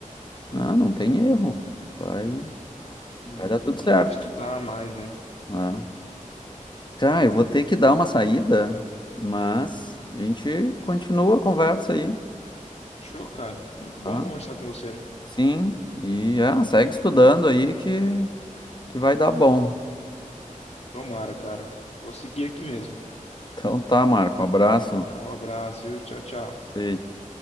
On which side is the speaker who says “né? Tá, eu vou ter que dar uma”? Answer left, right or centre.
Left